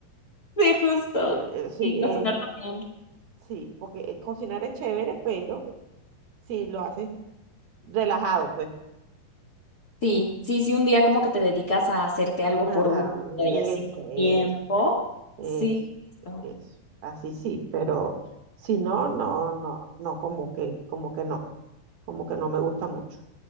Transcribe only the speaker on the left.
Sí, justo.
Y cocinar
también.
Sí, sí, sí, un día como que te dedicas a hacerte algo
por gusto y
así con
tiempo. Sí,
justo.